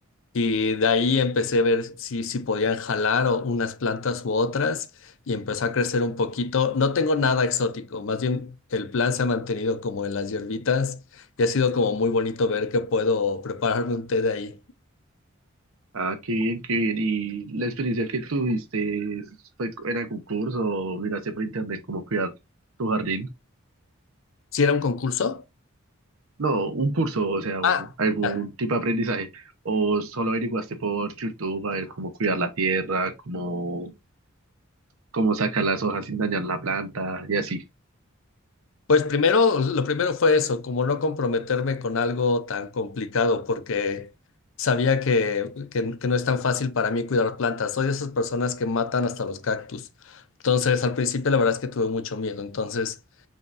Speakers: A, on the left (about 65°); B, on the right (about 75°).
A: Y de ahí empecé a ver si, si podían jalar o unas plantas u otras y empezó a crecer un poquito. No tengo nada exótico, más bien el plan se ha mantenido como en las hierbitas y ha sido como muy bonito ver que puedo prepararme un té de ahí.
B: Ah, qué bien, qué bien. ¿Y la experiencia que tuviste fue en algún curso o miraste por internet cómo cuidar tu jardín?
A: ¿Si era un concurso?
B: No, un curso, o sea,
A: Ah,
B: un- algún
A: ya.
B: tipo de aprendizaje. ¿O solo averiguaste por YouTube a ver cómo cuidar la tierra, cómo cómo sacar las hojas sin dañar la planta y así.
A: Pues primero, lo primero fue eso, como no comprometerme con algo tan complicado, porque sabía que, que- que no es tan fácil para mí cuidar plantas. Soy de esas personas que matan hasta los cactus. Entonces, al principio la verdad es que tuve mucho miedo. Entonces,